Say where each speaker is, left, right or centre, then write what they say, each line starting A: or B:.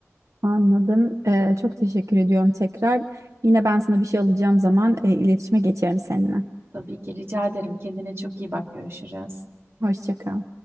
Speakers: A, on the right; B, on the right.
A: Anladım. Ee, çok teşekkür ediyorum tekrar. Yine ben sana bir şey alacağım zaman e, iletişime geçerim seninle.
B: Tabii ki rica ederim. Kendine çok iyi bak. Görüşürüz.
A: Hoşça kal.